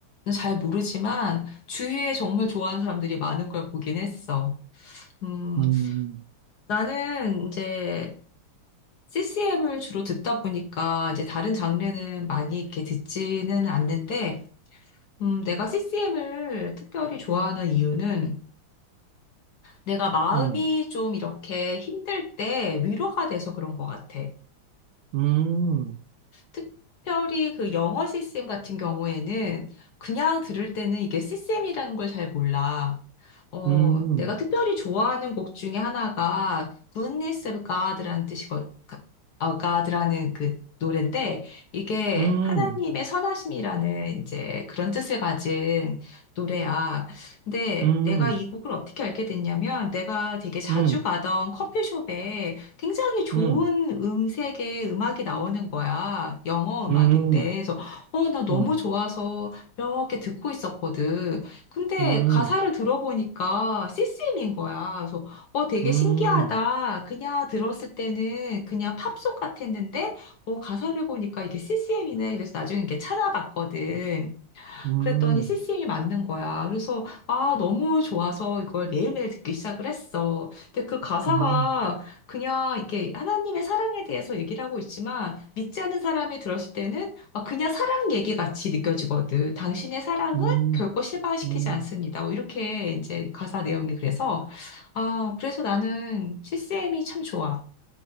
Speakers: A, on the left (about 60°); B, on the right (about 75°).
A: 잘 모르지만, 주위에 정말 좋아하는 사람들이 많은 걸 보긴 했어. 음,
B: 음,
A: 나는 이제 CCM을 주로 듣다 보니까 이제 다른 장르는 많이 이렇게 듣지는 않는데, 음, 내가 CCM을 특별히 좋아하는 이유는 내가 마음이
B: 음,
A: 좀 이렇게 힘들 때 위로가 돼서 그런 것 같아.
B: 음,
A: 특별히 그 영어 시스템 같은 경우에는 그냥 들을 때는 이게 시스템이라는 걸 잘 몰라. 어,
B: 음,
A: 내가 특별히 좋아하는 곡 중에 하나가 Goodness of God라는 뜻이거, 어, God라는 그 노래인데 이게
B: 음,
A: 하나님의 선하심이라는 이제 그런 뜻을 가진 노래야. 근데
B: 음,
A: 내가
B: 음,
A: 이 곡을 어떻게 알게 됐냐면 내가 되게 자주
B: 음,
A: 가던 커피숍에 굉장히 좋은
B: 음,
A: 음색의 음악이 나오는 거야. 영어 음악인데.
B: 음,
A: 그래서, 어, 나 너무
B: 음,
A: 좋아서 이렇게 듣고 있었거든. 근데
B: 음,
A: 가사를 들어보니까 CCM 인 거야. 그래서, 어, 되게
B: 음,
A: 신기하다. 그냥 들었을 때는 그냥 팝송 같았는데, 어, 가사를 보니까 이게 CCM이네. 그래서 나중에 이렇게 찾아봤거든.
B: 음,
A: 그랬더니 c c m 이 맞는 거야. 그래서, 아, 너무 좋아서 이걸 매일매일 듣기 시작을 했어. 근데 그 가사가
B: 음,
A: 그냥 이렇게 하나님의 사랑에 대해서 얘기를 하고 있지만, 믿지 않는 사람이 들었을 때는 아, 그냥 사랑 얘기 같이 느껴지거든. 당신의 사랑은
B: 음.
A: 결코 실망시키지
B: 음.
A: 않습니다. 뭐 이렇게 이제 가사 내용이 그래서, 아, 그래서 나는 CCM이 참 좋아.